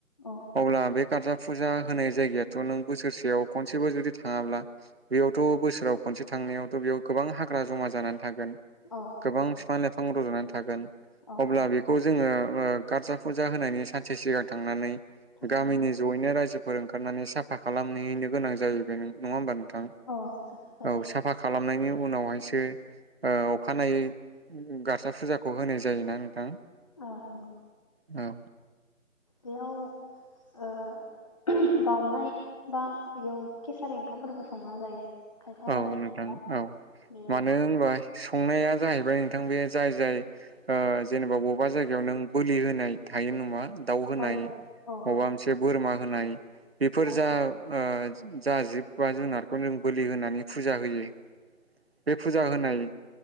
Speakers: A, on the left; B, on the right.
A: औ
B: आब्ला बे गार्जा फुजा होनाय जायगायाथ' नों बोसोरसेयाव खनसेबो जुदि थाङाब्ला बेयावथ' बोसोराव खन से थांनायावथ' बेयाव गोबां हाग्रा जमा जानानै थागोन
A: औ
B: गोबां
A: बे
B: फिफां लाइफां रज'नानै थागोन
A: औ
B: अब्ला बिखौ जोङो ओ गारजा फुजा होनायनि सानसे सिगां थांनानै
A: थांनानै
B: गामिनि ज'यैनो रायजो फोर ओंखारनानै साफा खालामनिनो गोनां जाहैबाय नङा होमबा नोंथां
A: औ जायो
B: औ साफा खालाम नायनि उनावहायसो अ अखानायै गारजा फुजाख खौ होनाय जायोना नोंथां?
A: औ नंगौ।
B: औ।
A: बेयाव ओ बाउनाय बा बेयाव केसारि ओंखामफोरबो संना जायो। खायफा
B: औ
A: गामि
B: नोंथां
A: खायफा
B: औ
A: बेयाव
B: मानो होनबा संनाया जाहैबाय नोंथां बे जाय जाय ओ जेनेबा बबबा जायगायाव नों बोलि होनाय थायो। नोमा दाव होनाय
A: औ औ
B: माबा मोनसे बोरमा होनाय बेफोर
A: औ
B: जा ओ जा जिब बा जुनारखौनो जों बोलि होनानै फुजा होयो बे फुजा होनाय बे